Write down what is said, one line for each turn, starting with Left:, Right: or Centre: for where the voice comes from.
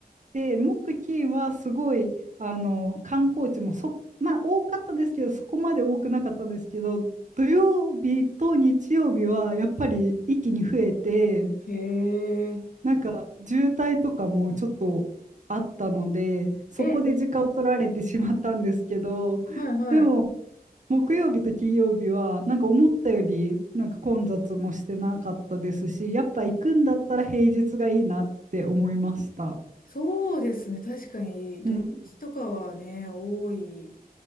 Right: で、木、金はすごい、あの、観光地もそ、まあ、多かったですけど、そこまで多くなかったんですけど、土曜日と日曜日はやっぱり一気に増えて、
Left: い。へえ。
Right: なんか渋滞とかもちょっとあったので、そこで時間を取られてしまったんですけど、
Left: え、はいはい。
Right: でも木曜日と金曜日はなんか思ったよりなんか混雑もしてなかったですし、やっぱ行くんだったら平日がいいなって思いました。
Left: そうですね。確かに土日とかはね、
Right: うん、
Left: 多い